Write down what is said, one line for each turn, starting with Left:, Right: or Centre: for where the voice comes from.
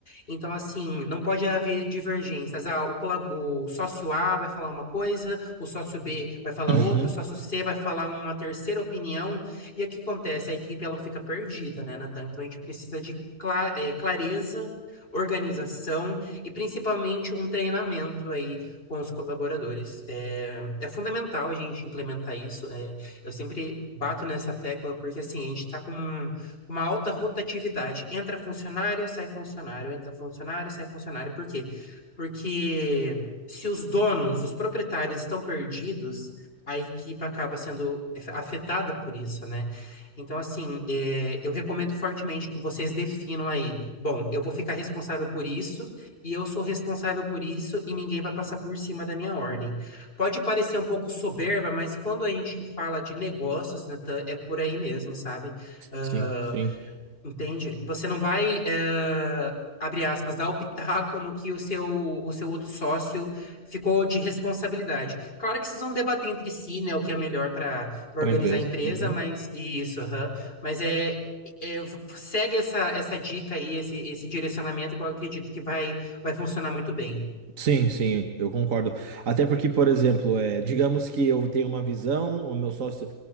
Left: Então, assim, não pode haver divergências. Ah, o, colab- o sócio A vai falar uma coisa, o sócio B vai falar
Right: Uhum.
Left: outro, o sócio C vai falar uma terceira opinião. E o que acontece? A equipe ela fica perdida, né, Natan? Então a gente precisa de cla- eh, clareza, organização e principalmente um treinamento aí com os colaboradores. É, é fundamental a gente implementar isso. é, eu sempre bato nessa tecla porque assim, a gente está com uma alta rotatividade. Entra funcionário, sai funcionário, entra funcionário, sai funcionário. Por quê? Porque se os donos, os proprietários estão perdidos, a equipe acaba sendo afetada por isso, né? Então, assim, é, eu recomendo fortemente que vocês definam aí. Bom, eu vou ficar responsável por isso, e eu sou responsável por isso, e ninguém vai passar por cima da minha ordem. Pode parecer um pouco soberba, mas quando a gente fala de negócios, Natan, é por aí mesmo, sabe? Ah,
Right: Sim, sim.
Left: Entende? Você não vai, eh, abre aspas, dar o pitaco no que o seu, o seu outro sócio ficou de responsabilidade. Claro que vocês vão debater entre si, né, o que é melhor para organizar
Right: para empresa.
Left: a empresa,
Right: Uhum.
Left: mas isso, aham. Mas é, é, segue essa, essa dica aí, esse, esse direcionamento que eu acredito que vai, vai funcionar muito bem.
Right: Sim, sim, eu concordo. Até porque, por exemplo, é, digamos que eu tenho uma visão, o meu sócio.